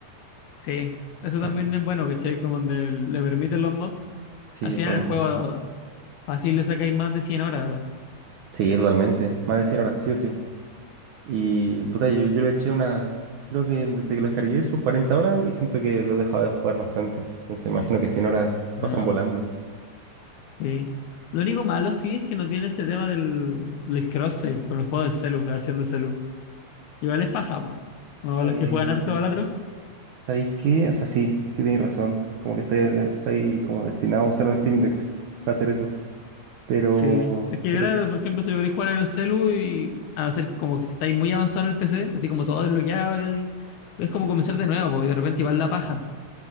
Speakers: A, on the left; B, on the right.
A: Sí, eso
B: En-
A: también es bueno, ¿cachai? Como donde le permiten los mods.
B: Sí,
A: Al final
B: eso mismo.
A: el juego fácil le sacáis más de 100 horas.
B: Sí, totalmente. Más de cien horas sí o sí. Y puta, yo, yo le eché una. Creo que desde que lo descargué sus 40 horas y siento que lo he dejado de jugar bastante. Entonces imagino que 100 horas
A: Ah,
B: pasan volando.
A: sí. Lo único malo sí es que no tiene este tema del, del cross-save con el juego del celu, la versión de celu. Igual es paja, po. O
B: Eh,
A: los que juegan harto balatro.
B: ¿sabéis qué? O sea, sí, sí tenéis razón. Como que estáis, de- estáis como destinado a usar un Steam Deck para hacer eso. Pero,
A: Sí. Es que,
B: pero
A: claro,
B: sí.
A: por ejemplo, si lo queréis jugar en el celu y a no ser como que si estáis muy avanzado en el PC, así como todo desbloqueado, y- es como comenzar de nuevo, po, y de repente igual la paja.